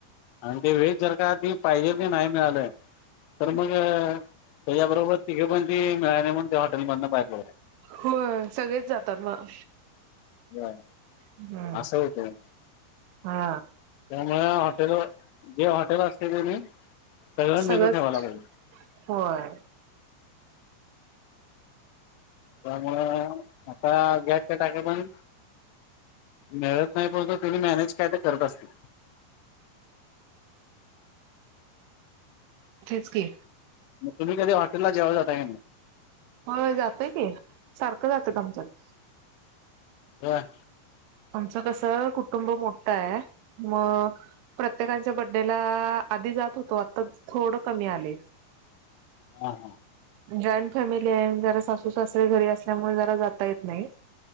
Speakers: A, on the left; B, on the right.
A: आणि ते व्हेज जर का ते पाहिजे की नाही मिळाल तर मग त्याच्याबरोबर तिकडून पण ती त्या हाँटेलमधून बाहेर
B: हो सगळेच जातात मग
A: बरं
B: हम्म
A: असं होतं.
B: हा
A: त्यामुळे हॉटेल जे हॉटेल असते ते मी सगळं
B: सगळंच
A: मेनू ठेवायला पाहिजे
B: होय.
A: त्यामुंळ आता गॅसच्या टाक्या पण मिळत नाही परंतु तुम्ही मॅनेज काय ते करत असतील.
B: तेच की
A: मग तुम्ही कधी हॉटेलला जेवायला जाता काय नाही?
B: होय जातय की सारखं जात्यात आमच्यात
A: होय
B: आमचं कसं कुटुंब मोठं आहे मग प्रत्येकांच्या बड्डेला आधी जात होतो आता थोडं कमी आलय.
A: हा हा
B: जॉईंट फॅमिली आहे जरा सासू सासरे घरी असल्यामुळे जरा जाता येत नाही.